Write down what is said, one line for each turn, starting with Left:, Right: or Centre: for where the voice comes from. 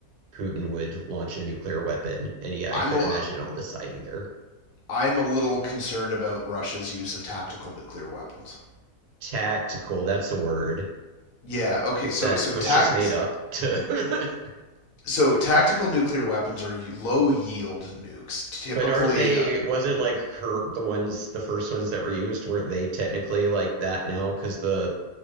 Right: Putin would launch a nuclear weapon. And yeah,
Left: I'm
Right: I couldn't
Left: a,
Right: imagine on this side either.
Left: I'm a little concerned about Russia's use of tactical nuclear weapons.
Right: tactical, that's the word,
Left: Yeah, okay. So
Right: that
Left: so
Right: was
Left: tac-
Right: just made up to <laughs>
Left: so tactical nuclear weapons are low yield nukes. Typically
Right: But aren't they,
Left: uh,
Right: was it like her, the ones, the first ones that were used, weren't they technically like that now? Because the,